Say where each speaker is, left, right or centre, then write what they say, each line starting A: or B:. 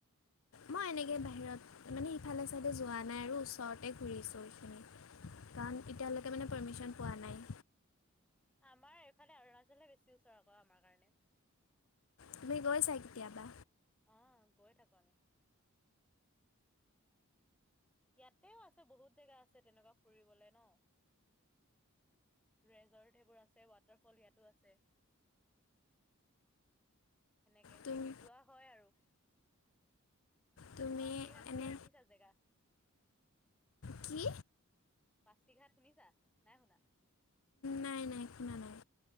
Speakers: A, on the left (about 70°); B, in the centre.
A: মই এনেকে বাহিৰত মানে সিফালে চাইডে যোৱা নাই আৰু ওচৰতে ঘূৰিছোঁ এইখিনি। কাৰণ এতিয়ালৈকে মানে পাৰ্মিশ্যন পোৱা নাই।
B: আমাৰ এইফালে অৰুণাচলহে বেছি ওচৰ আকৌ আমাৰ কাৰণে।
A: তুমি গৈছা কেতিয়াবা?
B: অঁ গৈ থাকো আমি। ইয়াতেও আছে বহুত জেগা আছে তেনেকুৱা ফুৰিবলে ন। ৰেজৰ্ট সেইবোৰ আছে, ৱাটাৰ ফল ইয়াতো আছে। সেনেকে
A: তুমি
B: যোৱা হয় আৰু।
A: তুমি
B: পাচিঘাট বোলা
A: এনে
B: শুনিছা জেগা?
A: কি?
B: পাচিঘাট শুনিছা, নাই শুনা?
A: নাই নাই শুনা নাই।